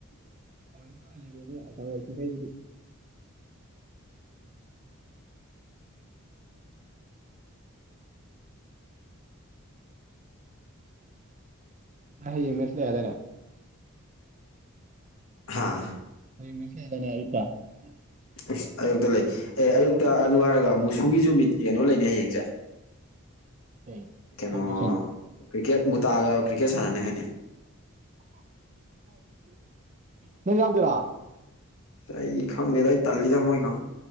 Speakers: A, on the right; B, on the left.
A: <unintelligible> ꯀꯩ <unintelligible>
B: ꯍꯥꯥ
A: ꯑꯩ <unintelligible>
B: ꯑꯁ ꯑꯌꯨꯛꯇ ꯂꯩ ꯑꯦ ꯑꯌꯨꯛꯇ ꯑꯗꯨ ꯍꯥꯏꯔꯒ ꯃꯨꯁꯨꯒꯤꯁꯨ ꯃꯤꯠ ꯀꯩꯅꯣ ꯂꯩꯅꯤ ꯍꯌꯦꯡꯁꯦ
A: ꯀꯩ
B: ꯀꯩꯅꯣ
A: ꯐꯥꯎꯟꯗꯦꯁꯟ
B: ꯀ꯭ꯔꯤꯛꯀꯦꯠ ꯃꯨ ꯇꯥꯛꯑꯒ ꯀ꯭ꯔꯤꯛꯀꯦꯠ ꯁꯥꯟꯅꯅꯤ ꯍꯥꯏꯅꯤ
A: ꯅꯪ ꯌꯥꯎꯗꯨꯏꯔ
B: ꯥꯏ ꯏ ꯈꯪ ꯅꯔꯥꯏ ꯇꯥꯂꯤꯗꯝꯣ ꯏ ꯈ